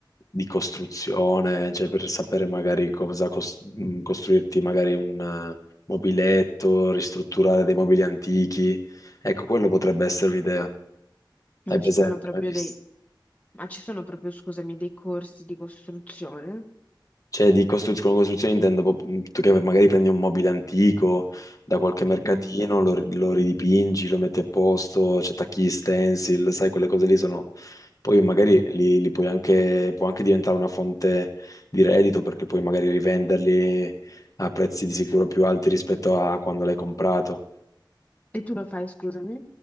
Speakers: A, on the left; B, on the left.
A: di costruzione, cioè per sapere magari cosa cos- mh, costruirti magari un eh, mobiletto, ristrutturare dei mobili antichi. Ecco, quello potrebbe essere un'idea. Hai
B: Ma
A: presente?
B: ci sono proprio
A: Hai vis-
B: dei, Ma ci sono proprio, scusami, dei corsi di costruzione?
A: Cioè, di costru- con costruzione intendo proprio- mm, tu che magari prendi un mobile antico da qualche mercatino,
B: Mm.
A: lo, lo ridipingi, lo metti a posto, ci attacchi gli stencil, sai, quelle cose lì sono... Poi magari li, li puoi anche, può anche diventare una fonte di reddito perché puoi magari rivenderli a prezzi di sicuro più alti rispetto a quando l'hai comprato.
B: E tu lo fai, scusami?